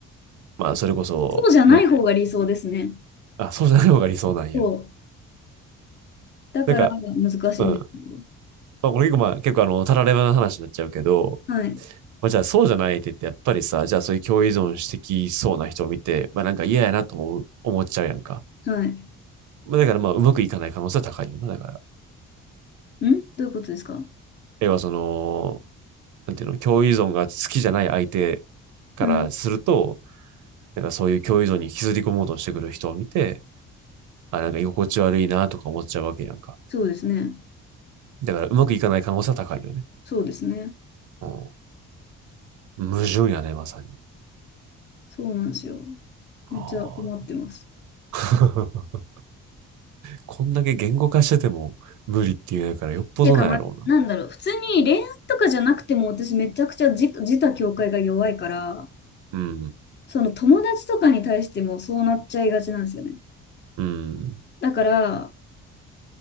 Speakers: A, on the right; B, on the left.
A: まあ、それこそ、
B: そうじゃない方が理想ですね。
A: ね。あ、そうじゃない方が理想なんや。
B: そう。だから難しいんですよ
A: なんか、うん。まあ、これ結構まあ、結構あの、たらればな話になっちゃうけど、
B: はい。
A: まあ、じゃあそうじゃない相手ってやっぱりさ、じゃあそういう共依存してきそうな人を見て、まあなんか嫌やなと思う、思っちゃうやんか。
B: はい。
A: まあ、だからまあ、うまくいかない可能性は高いよな、だから。
B: んどういうことですか
A: 要はその、なんていうの、共依存が好きじゃない相手からすると、
B: うん。
A: なんかそういう共依存に引きずり込もうとしてくる人を見て、あ、なんか居心地悪いなとか思っちゃうわけやんか。
B: そうですね。
A: だからうまくいかない可能性は高いよね。
B: そうですね。
A: うん。矛盾やね、まさに。
B: そうなんですよ。めっちゃ困ってます。
A: ああ、<laughs> こんだけ言語化してても無理って言うんやからよっぽどなんやろうな。
B: っていうか、まあ、なんだろう。普通に恋愛とかじゃなくても、私めちゃくちゃ自、自他境界が弱いから、
A: うん。
B: その友達とかに対してもそうなっちゃいがちなんですよね。
A: うん。
B: だから、